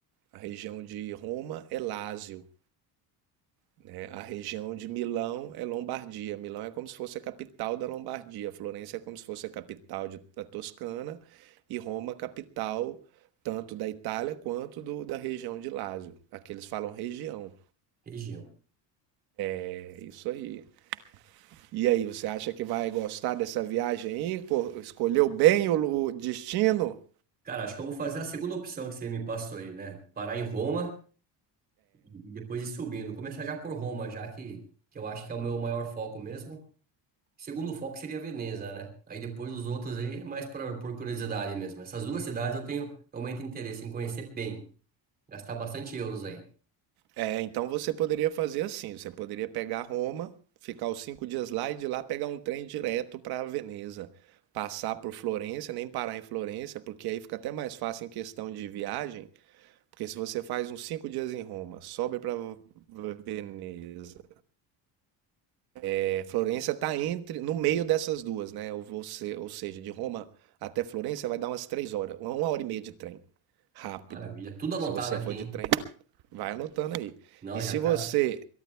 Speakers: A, on the right (about 60°); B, on the right (about 20°).
A: A região de Roma é Lácio. né? A região de Milão é Lombardia. Milão é como se fosse a capital da Lombardia. Florença é como se fosse a capital de- da Toscana e Roma, capital tanto da Itália quanto do- da região de Lácio. Aqui eles falam região.
B: Região.
A: É isso aí. E aí, você acha que vai gostar dessa viagem aí? Co- Escolheu bem o lu- o destino?
B: Cara, acho que eu vou fazer a segunda opção que você me passou aí, né? Parar em Roma e depois ir subindo. Começar já por Roma, já que, que eu acho que é o meu maior foco mesmo. Segundo foco seria Veneza, né? Aí depois os outros aí é mais por, por curiosidade mesmo. Essas duas cidades eu tenho realmente interesse em conhecer bem. Gastar bastante euros aí.
A: É, então você poderia fazer assim, você poderia pegar Roma, ficar os cinco dias lá e de lá pegar um trem direto para Veneza, passar por Florença, nem parar em Florença, porque aí fica até mais fácil em questão de viagem, porque se você faz uns cinco dias em Roma, sobe para Veneza, é, Florença está entre no meio dessas duas, né? Ou, você, ou seja, de Roma até Florença vai dar umas três horas, uma uma hora e meia de trem, rápido.
B: Maravilha. Tudo anotado
A: Se você
B: aqui,
A: for
B: hein?
A: de trem, vai anotando aí.
B: Não,
A: E
B: já
A: se
B: tá.
A: você